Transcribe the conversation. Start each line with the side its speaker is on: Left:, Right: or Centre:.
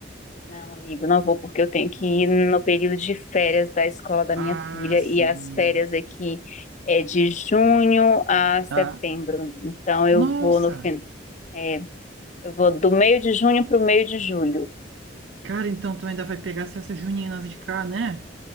Left: Não, amigo, não vou porque eu tenho que ir no período de férias da escola da
Right: Ah,
Left: minha filha
Right: sim.
Left: e as férias aqui é de junho a setembro.
Right: Ah,
Left: Então eu
Right: nossa!
Left: vou no fim, é, eu vou do meio de junho para o meio de julho.
Right: Cara, então tu ainda vai pegar as festas juninas de cá, né?